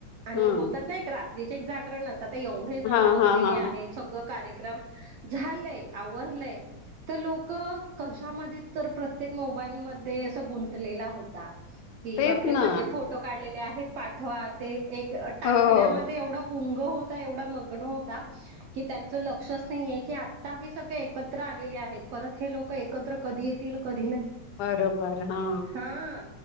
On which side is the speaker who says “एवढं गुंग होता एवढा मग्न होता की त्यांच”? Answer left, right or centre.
Right